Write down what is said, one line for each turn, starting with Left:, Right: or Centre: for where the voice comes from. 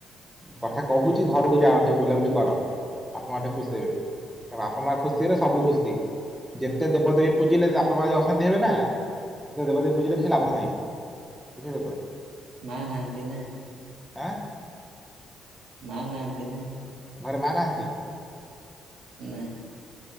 Centre: କଥା କହୁଛି ଘରକୁ ଯାଅ ଟିକେ ବୁଲାବୁଲି କର ବାପା ମା ଟିକେ ଖୁସି ହେବେ। ବାପା ମା ଖୁସି ହେଲେ ସବୁ ଖୁସି ଯେତେ ଦେବଦେବୀ ପୂଜିଲେ ବାପା ମା ଯେ ଅଶାନ୍ତି ହେବେ ନା ଦେବାଦେବୀ ପୂଜିଲ କିଛି ଲାଭ ନାହିଁ ବୁଝିଲେ ତ?
Right: ମା ନାହାନ୍ତି ନା?
Centre: ଆଁ?
Right: ମା ନାହାନ୍ତି ନା।
Centre: ଘରେ ମା ନାହାନ୍ତି?
Right: ନା।